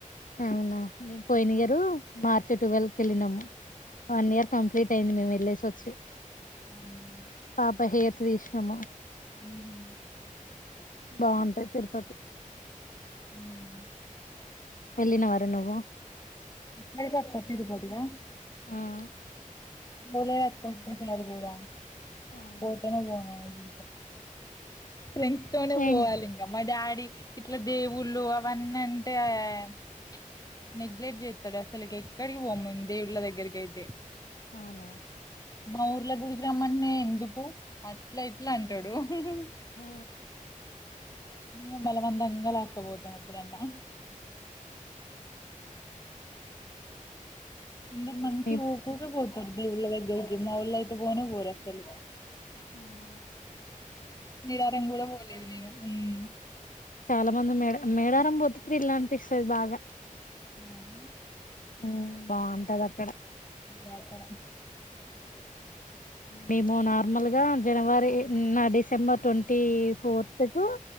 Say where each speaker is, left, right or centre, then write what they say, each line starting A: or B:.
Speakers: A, on the left (about 70°); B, on the left (about 25°).
A: అవునా మేము పోయిన ఇయర్ మార్చి టువెల్ కి వెళ్ళినాము. వన్ ఇయర్ కంప్లీట్ అయింది. మేము వెళ్లేసి వచ్ చే
B: అవునా?
A: పాప హెయిర్స్ తీసినము.
B: ఉహు
A: బాగుంటాది తిరుపతి.
B: ఉమ్
A: వెళ్ళినావా రా నువ్వు.
B: ఎక్కడికి అక్క తిరుపతి కా.
A: ఆహ్
B: పోలేదక్క ఒక్కసారి కూడా.
A: అవునా
B: పోతనో పోనో మళ్లీ. ఫ్రెండ్స్ తోనే
A: ఏ
B: పోవాలి ఇంకా మా డాడీ. ఇట్లా దేవుళ్ళు అవన్నీ అంటే ఆహ్ ప్చ్ నెగ్లెక్ట్ చేస్తాడు. అసలు ఎక్కడికి పోము మేము దేవుళ్ళ దగ్గరకి అయితే.
A: అవునా.
B: మా ఊర్ల గుడికి రమ్మంటెనే ఎందుకు అట్లా ఇట్లా అంటాడు. ఉమ్
A: ఆ
B: మేమే బలవంతంగా లాక్కు పోతాము అప్పుడు. ఎప్పుడన్నా. అందరు
A: అయ్యో
B: మంచిగా
A: మేం
B: ఊకూకే కోడుతు సర్ది దేవుళ్ల దగ్గరికి మా వాళ్లైయితే పోనే పోరు అసలు.
A: ఆహ్
B: మీరారంగ్ కూడా పోలేదు నేను. ఉమ్
A: చాలా మంది మేడ మేడారం పోతే త్రిల్ అనిపిస్తది బాగా.
B: అవునా
A: అవును బాగుంటది అక్కడ.
B: ముందే అక్కడ.
A: మేము నార్మల్ గా జనవరి నా డిసెంబర్ ట్వంటీ ఫోర్త్ కు